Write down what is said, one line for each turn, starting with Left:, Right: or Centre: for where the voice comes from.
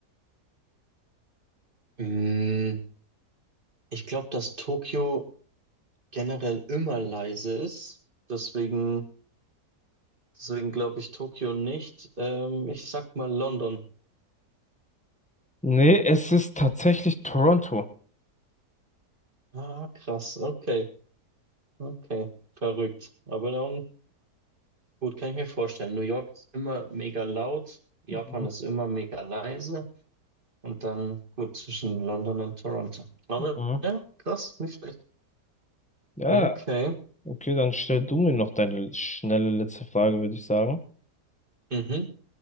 Right: Mm, Ich glaube, dass Tokio generell immer leise ist. Deswegen, deswegen glaube ich Tokio nicht. Ähm, ich sag mal London.
Centre: Nee, es ist tatsächlich Toronto.
Right: Ah, krass. Okay. Okay. Verrückt. Aber dann, gut, kann ich mir vorstellen. New York ist immer mega laut. Japan
Centre: Mhm.
Right: ist immer mega leise. Und dann, gut, zwischen London und Toronto. Aber
Centre: Mhm.
Right: ja, krass, nicht schlecht.
Centre: Ja,
Right: Okay.
Centre: okay, dann stell du mir noch deine schnelle letzte Frage, würde ich sagen.
Right: Mhm.